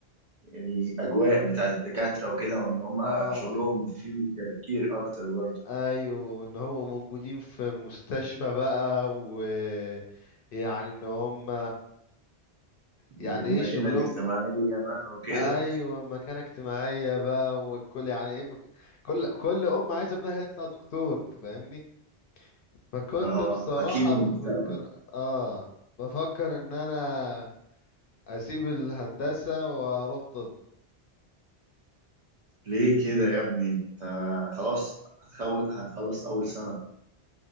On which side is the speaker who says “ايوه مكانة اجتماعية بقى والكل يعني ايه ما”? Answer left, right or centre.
Left